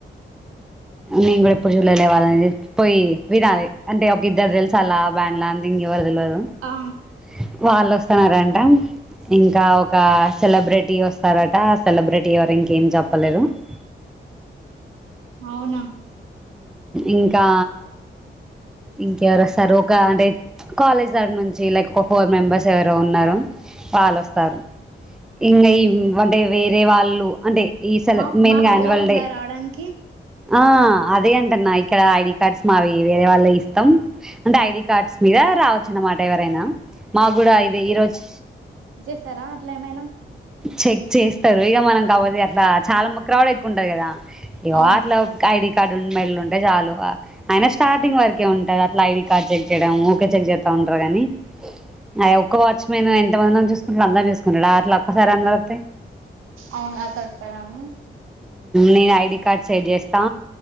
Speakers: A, in the centre; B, on the right.
A: నేను కూడా ఇప్పుడు చూడలే ఇవాళ పోయి వినాలి అంటే ఒక ఇద్దరు తెలుసు అల బ్యాండ్లా వాళ్ళు
B: ఆ
A: వస్తున్నారంట ఇంకా ఒక సెలబ్రిటీ వస్తారట ఆ సెలబ్రిటీ ఎవరు ఇంకేం చెప్పలేదు టీవీ సౌండ్
B: అవునా
A: ఇంకా ఇంకెవరు వస్తారు ఒక అంటే కాలేజ్ దడి నుంచి లైక్ ఒక ఫోర్ మెంబెర్స్ ఎవరు ఉన్నారు వాళ్ళుస్తారు ఇంకా ఈ అంటే వేరే వాళ్ళు అంటే ఈ స్ల
B: మా
A: మెయిన్
B: మాకు
A: అనిమల్
B: అలో ఉందా
A: డే
B: రావడానికి
A: ఆ అదే అంట అన్నా ఇక్కడ ఐడి కార్డ్స్ మావి వేరే వాళ్ళ ఇస్తాం అంటే ఐడి కార్డ్స్ మీద రావచ్చు అన్నమాట ఎవరైనా మాకు కూడా ఇది ఈరోజు
B: ఇస్తారా అట్లా ఏమైనా
A: చెక్ చేస్తారు ఇక మనం కాబట్టి అట్లా చాలా కవర్ ఎక్కువ ఉంటారు కదా ఐడెంటి
B: అవును
A: కార్డు కార్డు మెడలు ఉంటయి చాలు అయిన స్టార్టింగ్ వరకే ఉంటది అట్లా ఐడి కార్డ్ చెక్ చేయడం ఊకే చెక్ చేస్తాం ఉండ కానీ అ ఒక్క వాచ్మెన్ ఎంత మంది చసుకుంటడు అందూ చూసుకుంటాడు అలా ఒక్కసారి అందరుతే
B: అవును ఆ కస్తారను
A: నేను ఐడి కార్డ్ సెడ్ చేస్తా